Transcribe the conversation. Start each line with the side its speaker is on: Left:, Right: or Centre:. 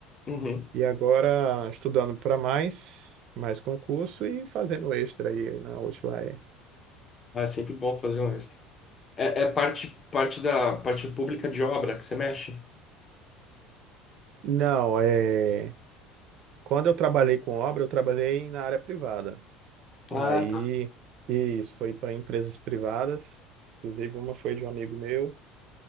Left: Uhum.
Right: e agora estudando para mais, mais concurso e fazendo extra aí na Outlier.
Left: Ah, É sempre bom fazer um extra. É, é parte, parte da parte pública de obra que você mexe?
Right: Não, é... quando eu trabalhei com obra, eu trabalhei na área privada. Aí
Left: Ah, tá.
Right: isso foi para empresas privadas, inclusive uma foi de um amigo meu.